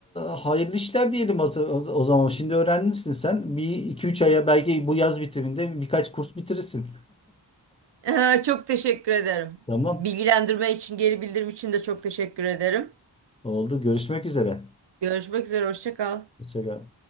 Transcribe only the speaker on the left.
hayırlı işler diyelim o, o- o zaman. Şimdi öğrenmişsin sen. Bir iki üç aya belki bu yaz bitiminde birkaç kurs bitirirsin.
<laughs> Tamam.
Oldu. Görüşmek üzere.
Hoşça kal.